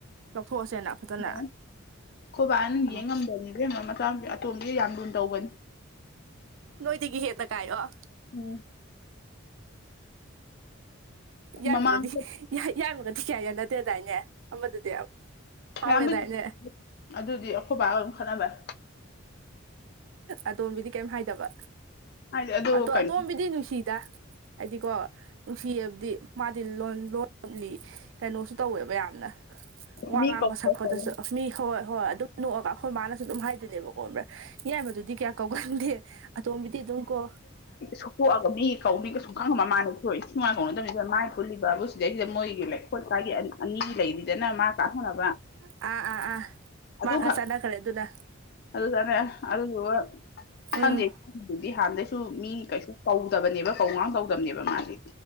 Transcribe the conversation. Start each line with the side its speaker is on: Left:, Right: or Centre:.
Right: ꯂꯧꯊꯣꯛꯑꯁꯦꯅ ꯐꯖꯅ
Left: <unintelligible> ꯈ‌ꯣꯏꯕꯥꯅ
Right: ꯎꯝ
Left: ꯌ‌ꯦꯡ ꯉꯝꯗꯝꯅ‌ꯦ ꯏꯕ‌ꯦꯝ ꯃ ꯃꯆꯥꯅꯨꯄꯤ ꯑꯇꯣꯝꯕꯤ ꯌꯥꯝ ꯂꯨꯅ ꯇꯧꯕꯟ
Right: ꯅꯣꯏꯗꯒꯤ ꯍꯦꯟꯅ ꯀꯥꯏꯌ‌ꯣ
Left: ꯎꯝ
Right: ꯌꯥꯏꯃꯒꯗꯤ
Left: ꯃꯃꯥꯡ
Right: ꯌꯥꯏꯃꯒꯗꯤ ꯀꯌꯥ ꯌꯥꯅꯗ‌ꯦ ꯗꯥꯏꯅꯦ ꯑꯃꯗꯨꯗꯤ ꯐꯥꯎꯋꯦꯗꯥꯏꯅꯦ
Left: ꯌꯥꯟꯕꯨꯗꯤ <inaudible> ꯗꯨꯗꯤ ꯑꯩꯈꯣꯏꯕꯥꯒ ꯑꯗꯨꯝ ꯈꯠꯅꯕꯩ
Right: ꯑꯇ‌ꯣꯝꯕꯤꯗꯤ ꯀꯩꯝ ꯍꯥꯏꯗꯕ
Left: ꯍꯥꯏꯗꯤ ꯑꯗꯨ
Right: ꯑꯇ‌ꯣꯝ
Left: ꯀꯩꯅꯣ
Right: ꯑꯇꯣꯝꯕꯤꯗꯤ ꯅꯨꯡꯁꯤꯗ ꯑꯩꯗꯤꯀꯣ ꯅꯨꯡꯁꯤꯌꯦꯕꯗꯤ ꯃꯥꯗꯤ ꯂꯣꯟ ꯂꯣꯟꯂꯤ ꯀꯩꯅꯣꯁꯨ ꯇꯧꯋꯦꯕ ꯌꯥꯝꯅ ꯋꯥ
Left: ꯃꯤ
Right: ꯉꯥꯡꯕ
Left: ꯀꯧꯕ
Right: ꯁꯛꯄꯗꯁꯨ
Left: ꯀꯧꯋꯦ
Right: ꯃꯤ ꯍꯣꯏ ꯍꯣꯏ ꯑꯗꯨ ꯅꯣꯛꯑꯒ ꯑꯩꯈꯣꯏ ꯃꯥꯅꯁꯨ ꯑꯗꯨꯝ ꯍꯥꯏꯗꯣꯏꯅꯦꯕꯀꯣ ꯕ꯭ꯔꯥ ꯌꯥꯏꯃꯗꯨꯗꯤ ꯀꯌꯥ ꯀꯧꯒꯟꯗꯦ ꯑꯇ‌ꯣꯝꯕꯤꯗꯤ ꯑꯗꯨꯝ ꯀꯣ
Left: ꯁꯨꯇꯣꯛꯑꯒ ꯃꯤ ꯀꯧꯅꯤꯒ ꯁꯨꯡꯈꯪ ꯃ ꯃꯥꯥꯟꯅꯕꯤ ꯏꯊꯤ ꯅꯨꯡꯉꯥꯏ ꯀꯧꯅꯗꯕꯅꯤ ꯏꯕ‌ꯦꯝ ꯃꯥꯏ ꯄꯨꯜꯂꯤꯕꯕꯨ ꯁꯤꯗꯩꯁꯤꯗ ꯃꯣꯏꯒꯤ ꯈ‌ꯣꯏ ꯂꯩꯀꯥꯏꯒꯤ ꯑꯅ ꯑꯅꯤ ꯂꯩꯔꯤ ꯁꯤꯗꯅ ꯃꯥ ꯀ꯭ꯂꯥꯁ ꯃꯥꯟꯅꯕ
Right: ꯑꯥ ꯑꯥ ꯑꯥ
Left: ꯑꯗꯨꯈꯛ
Right: ꯃꯥ ꯈꯔ ꯆꯥꯟꯅꯈ꯭ꯔꯦ ꯑꯗꯨꯅ
Left: ꯑꯗꯨ ꯇꯅꯦ ꯑꯗꯨꯗꯨꯒ
Right: ꯎꯝ
Left: ꯈꯪꯗꯦ ꯌꯥꯏꯃꯗꯨꯗꯤ ꯍꯥꯟꯅꯗꯩꯁꯨ ꯃꯤ ꯀꯩꯁꯨ ꯀꯧꯗꯕꯅꯦꯕ ꯀꯧ ꯉꯥꯡ ꯇꯧꯗꯕꯅꯦꯕ ꯃꯥꯗꯤ